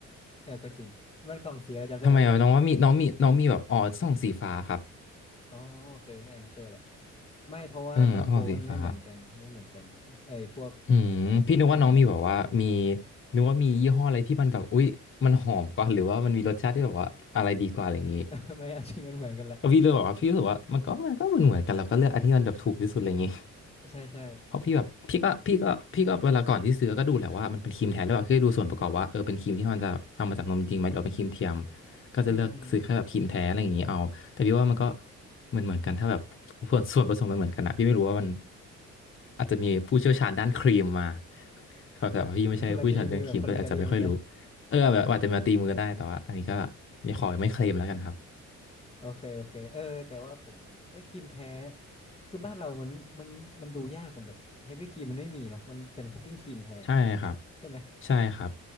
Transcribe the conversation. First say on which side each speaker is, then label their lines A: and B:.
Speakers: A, on the left (about 20°); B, on the left (about 40°).
A: เออก็จริงมันกล่องสีอะไรจำได้ไหม
B: <laughs> ทำไมอะน้องว่ามีน้องมีน้องมีแบบอ๋อส่องสีฟ้าครับ
A: <laughs> อ๋อโอเคแองเกอร์แหละ ไม่เพราะว่ามาโครไม่มันไม่เหมือนกันไม่เหมือนกันเอ้ยพวก
B: เอือส่องสีฟ้า อืมพี่นึกว่าน้องมีแบบว่ามี
A: คุณค่าสารอาหาร
B: นึกว่ามียี่ห้ออะไรที่มันแบบอุ๊ยมันหอมกว่าหรือว่ามันมีรสชาติที่แบบว่าอะไรดีกว่าอะไรอย่างงี้
A: <laughs> ไม่เอาจริงมันเหมือนกันแหละ
B: แล้วพี่เลยบอกว่าพี่รู้สึกว่ามันก็มันก็เหมือนเหมือนกันเราก็เลือกอันที่มันแบบถูกที่สุดอะไรอย่างงี้
A: ใช่ใช่
B: เพราะพี่แบบพี่ก็พี่ก็พี่ก็เวลาก่อนที่ซื้อก็ดูแหละว่ามันเป็นครีมแท้หรือเปล่าคือดูส่วนประกอบว่าเออเป็นครีมที่มันจะทำมาจากนมจริงไหมหรือว่าเป็นครีมเทียมก็จะเลือกซื้อแค่แบบครีมแท้อะไรอย่างนี้เอาแต่พี่ว่ามันก็
A: อืมอืมอืม
B: เหมือนเหมือนกันถ้าแบบส่วนส่วนผสมมันเหมือนกันอะพี่ไม่รู้ว่ามันอาจจะมีผู้เชี่ยวชาญด้านครีมมาครับแต่ว่าพี่ไม่ใช่ผู้เชี่ยวชาญเรื่องครีมก็เลยอาจจะไม่ค่อยรู้
A: <laughs> มาตีมือแบบคนอิตาลีเมื่อกี้
B: เออแบบอาจจะมาตีมือได้แต่ว่าอันนี้ก็ไม่ขอไม่เคลมแล้วกันครับ
A: โอเคโอเคเออแต่ว่าผมเออครีมแท้คือบ้านเรามันมันมันดูยากกันแบบเฮฟวี่ครีมมันไม่มีเนาะมันเป็นคุกกิ้งครีมแทนอะ
B: ใช่ครับ
A: ใช่ไหม
B: ใช่ครับ